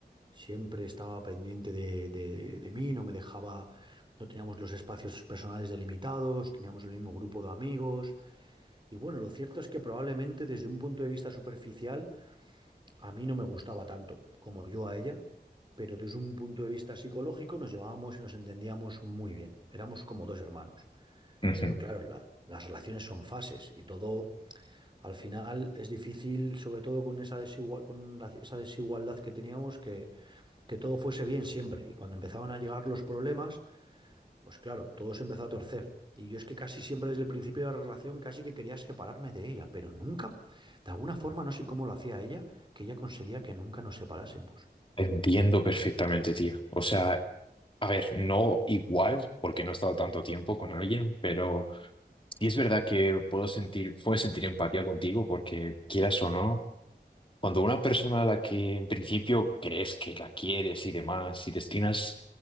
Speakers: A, on the right; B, on the left.
A: Siempre estaba pendiente de, de de mí, no me dejaba, no teníamos los espacios personales delimitados, teníamos el mismo grupo de amigos. Y bueno, lo cierto es que probablemente desde un punto de vista superficial a mí no me gustaba tanto como yo a ella, pero desde un punto de vista psicológico nos llevábamos y nos entendíamos muy bien. Éramos como dos hermanos.
B: Ujú.
A: Pero claro, la- las relaciones son fases y todo al final es difícil, sobre todo con esa desigual- con la- esa desigualdad que teníamos, que, que todo fuese bien siempre. Y cuando empezaban a llegar los problemas, pues claro, todo se empezó a torcer. Y yo es que casi siempre desde el principio de la relación casi que quería separarme de ella, pero nunca, de alguna forma, no sé cómo lo hacía ella, que ella conseguía que nunca nos separásemos.
B: Entiendo perfectamente, tío. O sea, a ver, no igual, porque no he estado tanto tiempo con alguien, pero sí es verdad que puedo sentir, puedo sentir empatía contigo porque quieras o no. Cuando una persona a la que en principio crees que la quieres y demás, y destinas